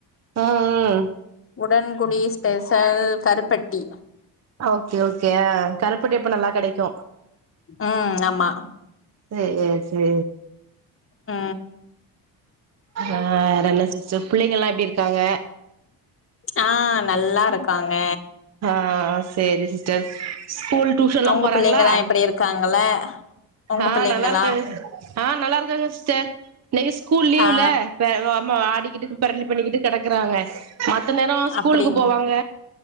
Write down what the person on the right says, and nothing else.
ஆ ஆ
ஓகே ஓகே ஆ கருப்பட்டி அப்ப நல்லா கெடைக்கூ
செ எ சே
ஆ வேறென்ன சிஸ்டர் பிள்ளைங்கல்லா எப்டிருக்காங்க
ஆ சேரி சிஸ்டர் ஸ்கூல் டியூஷன்லா
போறாங்ளா
ஆ
நல்லாருக்கங் ஆ நல்லாருக்கங்க ஸ்டர் இன்னைகு ஸ்கூல் லீவ்ல
வே ஆமா ஆடிகிட்டு பெரலி பண்ணிகிட்டு கெடக்கறாங்க மத்த நேர ஸ்கூ
கூலுக்கு போவாங்க